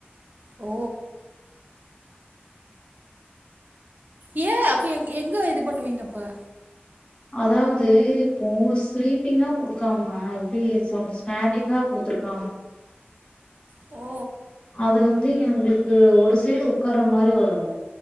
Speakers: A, on the right (about 50°); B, on the left (about 30°).
A: ஓ ஏ அப்ப எங் எங்க இது பண்ணுவீங்க அப்பெ
B: அதாவது இப்போ ஸ்லீப்பிங்கா குடுக்காம டீவீஸ் ஒன்னூ ஸ்டேண்டிங்கா கொடுத்துருக்காங்க
A: ஓ
B: அது வந்து எங்களுக்கு ஒரு சைடு உட்கார்ற மாரி வரோ